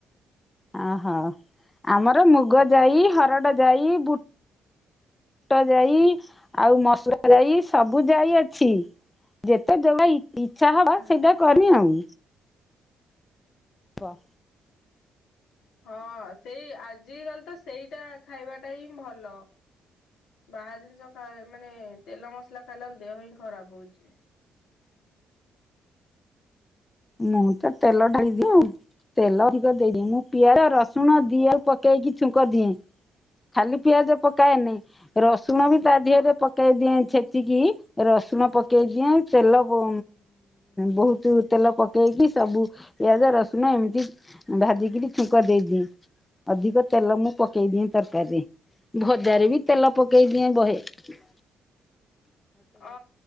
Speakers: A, on the left; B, on the left.
A: ଓହୋ ଆମର ମୁଗ ଯାଇ ହରଡ଼ ଯାଇ ବୁ ବୁଟ ଯାଇ ଆଉ ମସଲା ଯାଇ ସବୁ ଯାଇ ଅଛି। ଯେତେ ଯୋ ଇଚ୍ଛା ହବ
B: ଆ
A: ସେଇଟା କରିମି ଆଉ ବ।
B: ହଁ ସେଇ ଆଜିକାଲି ତ ସେଇଟା ଖାଇବାଟା ହିଁ ଭଲ। ବାହାର ଜିନିଷ ଖାଇ ମାନେ ତେଲ ମସଲା ଖାଇଲା ବେଳେ ଦେହ ହିଁ ଖରାପ ହଉଚି।
A: ମୁଁ ତ ତେଲ ଢାଳି ଦିଏ ତେଲ ଅଧିକ ଦେଇ ଦିଏ ମୁଁ ପିଆଜ ରସୁଣ ଦି ଆଉ ପକେଇକି ଛୁଙ୍କ ଦିଏ ଖାଲି ପିଆଜ ପକାଏନି ର ସୁଣ ବି ତା ଦିହେରେ ପକେଇ ଦିଏ ଛେଚିକି ରସୁଣ ପକେଇ ଦିଏ ତେଲ ଉଁ ବହୁତ। ତେଲ ପକେଇକି ସବୁ ପିଆଜ ରସୁଣ ଏମିତି ଭାଜିକିରି ଛୁଙ୍କ ଦେଇଦିଏ। ଅଧିକ ତେଲ ମୁଁ ପକେଇ ଦିଏ ତରକାରୀରେ ଭଜାରେ ବି ତେଲ ପକେଇ ଦିଏ ବହେ। ହ
B: ଅ।